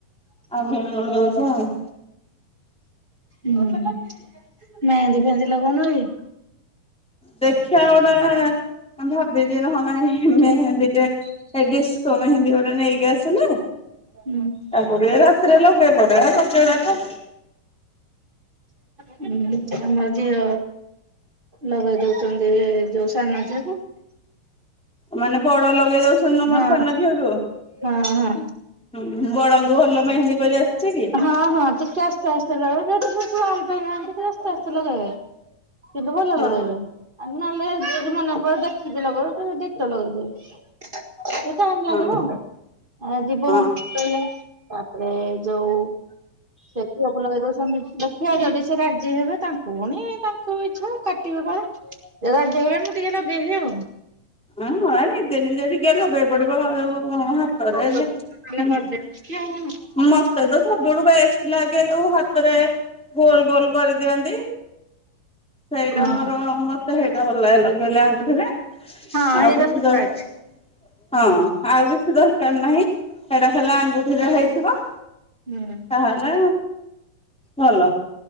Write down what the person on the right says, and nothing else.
ମେହେନ୍ଦୀ ଫେନ୍ଦି ଲଗଉନ କି?
ହୁଁ।
ହଁ ଆମ ଝିଅ ଲଗେଇ ଦଉଛନ୍ତି ଯୋଉ ସାନ ଝିଏ କୁ।
ହଁ
ହଁ ହଁ।
ହଁ ହଁ ଟିକେ ଆସ୍ତେ ଆସ୍ତେ ଲଗେ <unintelligible> ଆସ୍ତେ ଆସ୍ତେ ଲଗେଇବେ। କିନ୍ତୁ ଭଲ
ଲଗେଇବେ ଆ ନହେଲେ ଯଦି ମନେ ପରେ ଦେଖିକି ଲଗେଇ ପୁରା ଡିଟୋ ଲଗେଇଦେବେ। ଟାଇମ
ଲାଗିବ ଆଉ ଆଜି <unintelligible>
ତାପରେ। ଯଉ ସେ ଝିଅକୁ ଲଗେଇ ଦଉଛନ୍ତି ଦେଖିବା ଯଦି ସେ ରାଜି ହେବେ ତାଙ୍କୁ ପୁଣି ତା ତାଙ୍କ ଇଛା <unintelligible> ରାଜି ହେଲେ ମୁଁ ଟିକେ ଲଗେଇବି ଆଉ।
ନହେଲେ
କରିଦେବି ଆଉ।
ହଁ
ହଁ
ଏଇଟା
ଭଲ
ଲାଗେ।
ହୁଁ।